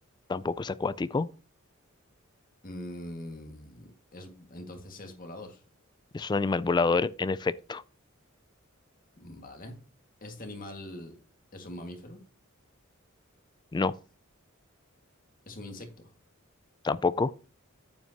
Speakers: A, on the left; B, on the left.
A: tampoco es acuático.
B: mm, es, entonces es volador.
A: Es un animal volador, en efecto.
B: Vale. ¿Este animal es un mamífero?
A: No,
B: ¿Es un insecto?
A: tampoco.